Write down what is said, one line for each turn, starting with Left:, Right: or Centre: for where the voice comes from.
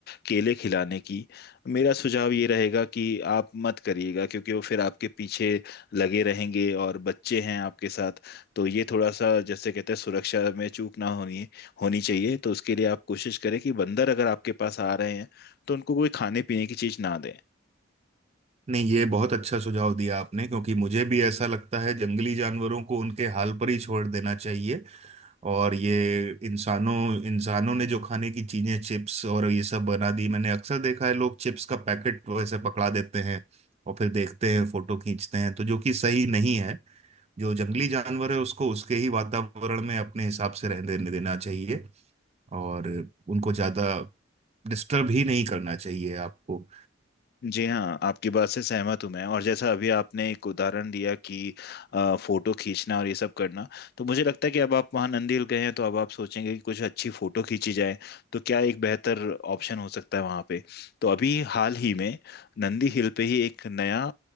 Left: केले खिलाने की मेरा सुझाव ये रहेगा कि आप मत करिएगा क्योंकि वो फिर आपके पीछे लगे रहेंगे और बच्चे हैं आपके साथ तो ये थोड़ा सा जैसे कहते हैं सुरक्षा में चूक ना होनी होनी चाहिए तो उसके लिए आप कोशिश करें कि बंदर अगर आपके पास आ रहे हैं तो उनको कोई खाने पीने की चीज़ ना दें
Right: नहीं ये बहुत अच्छा सुझाव दिया आपने क्योंकि मुझे भी ऐसा लगता है जंगली जानवरों को उनके हाल पर ही छोड़ देना चाहिए और ये इंसानों इंसानों ने जो खाने की चीजें चिप्स और ये सब बना दी मैंने अक्सर देखा है लोग चिप्स का पैकेट वैसे पकड़ा देते हैं और फिर देखते हैं फोटो खींचते हैं तो जो कि सही नहीं है जो जंगली जानवर है उसको उसके ही वातावरण में अपने हिसाब से रहने देने देना चाहिए और उनको ज्यादा डिस्टर्ब ही नहीं करना चाहिए आपको
Left: जी हाँ आपकी बात से सहमत हूँ मैं और जैसा अभी आपने एक उदाहरण दिया कि अ, फोटो खींचना और ये सब करना तो मुझे लगता है कि अब आप वहाँ नंदील गए हैं तो अब आप सोचेंगे कि कुछ अच्छी फोटो खींची जाए तो क्या एक बेहतर ऑप्शन हो सकता है वहाँ पे तो अभी हाल ही में नंदी हिल पे ही एक नया